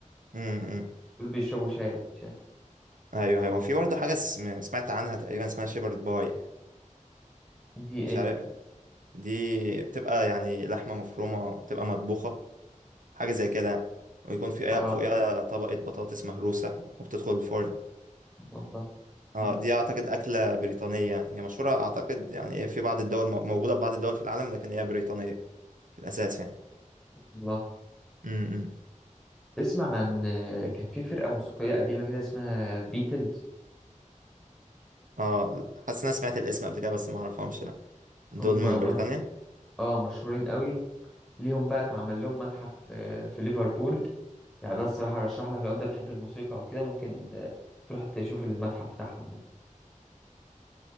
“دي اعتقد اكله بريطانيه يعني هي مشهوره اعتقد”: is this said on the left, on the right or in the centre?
Right